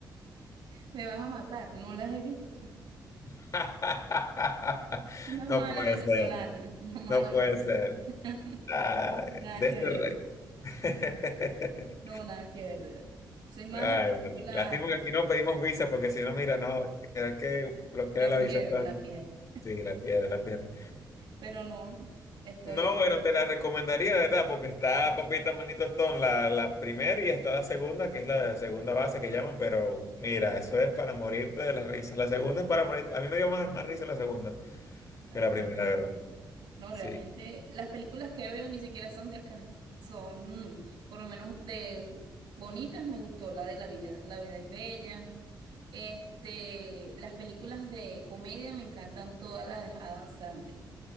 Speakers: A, on the right; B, on the left.
A: me vas a matar, no las he visto.
B: <laughs>
A: Una mala
B: No puede
A: venezolana,
B: ser,
A: <laughs> una mala
B: no puede
A: venezolana.
B: ser.
A: <laughs>
B: Ay,
A: Nada
B: de
A: que
B: este
A: ver,
B: rey. <laughs>
A: no, nada que ver, de verdad. Soy más
B: Ay,
A: de películas
B: bueno, lástima que aquí no pedimos visa, porque si no, mira, no, es que bloquea
A: La
B: la
A: pierdo,
B: visa. está-
A: la pierdo.
B: Sí, la pierde, la pierde.
A: Pero no, no, estoy...
B: No, bueno, te la recomendaría, ¿verdad? Porque está Papita Manito Stone, la, la primera y está la segunda, que es la segunda base que llaman, pero mira, eso es para morirte de las risas. La segunda es para morir, a mí me dio más, más risa la segunda
A: ok.
B: que la primera, ¿verdad?
A: No,
B: Sí.
A: realmente las películas que veo ni siquiera son de acá. Son, mm, por lo menos de bonitas me gustó, la de La Villa, La vida es bella. Este, las películas de comedia me encantan todas las de Adam Sandler.